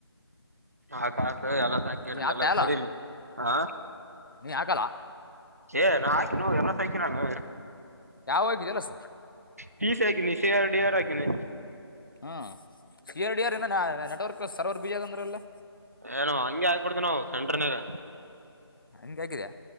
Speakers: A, on the right; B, on the left.
A: ಹಕಾಕ ಎಲ್ಲ ಸಾಕಿರಿ
B: ನೀ ಹಾಕ್ತಾ
A: ಎಲ್ಲ ಸುಗರಿ
B: ಇಲ್ಲ
A: ಮವಿ ಹಾ
B: ನೀ ಆಗಲ್ಲ
A: ಏ ನಾ ಹಾಕ ನೋ ಎಲ್ಲಕ ನಾನು
B: ಯಾವಾಗಗಿದೆಲ್ಲಸ
A: ಪ ಸಿ ಹಾಕಿನನಿ ಸ ಆರ್ ಡಡಿಯರ್ ಹಾಕಿನಿ
B: ಹ್ಮ್ ಎರಡ ಯಾರು ನೆಟ್ವರ್ಕ್ ಸರ್ವರ್ ಬಿಜಿ ಅದಂದ್ರ ಎಲ್ಲಾ
A: ಏನು ಹಂಗೆ ಆಗ್ಬಿಡ್ತ ನಾವು ಸಂಡ್ರನ್ಯಾಗ
B: ಹಂಗೆ ಹಾಕಿದೆ